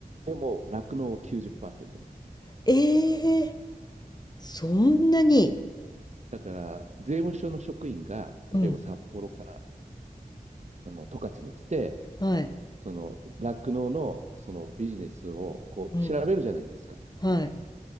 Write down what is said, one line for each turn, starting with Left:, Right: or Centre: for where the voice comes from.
Right: でも、酪農は90%なんです。
Left: ええ、そんなに。
Right: だから、税務署の職員が、例えば札幌から、
Left: うん、
Right: あの、十勝に来て、
Left: はい、
Right: その、酪農の、そのビジネスを、こう、
Left: うん、
Right: 調べるじゃないですか。
Left: はい。